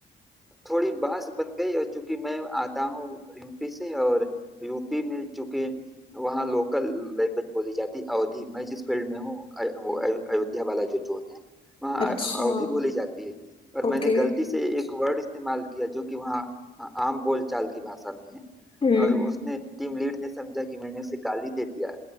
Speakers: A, in the centre; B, on the left (about 25°).
A: थोड़ी बहस बन गई और चूंकि मैं आता हूँ यूपी से और यूपी में चूंकि वहाँ लोकल लैंग्वेज बोली जाती है अवधी मैं जिस फील्ड में हूँ अ- वो अ- अयोध्या वाला जो जोन है वहाँ
B: अच्छा
A: अ- अवधी बोली जाती है और
B: ओके
A: मैंने गलती से एक वर्ड इस्तेमाल किया जो कि वहाँ आ- आम बोलचाल की भाषा में है
B: हम्म
A: और उसने टीम लीड ने समझा कि मैंने उसे गाली दे दिया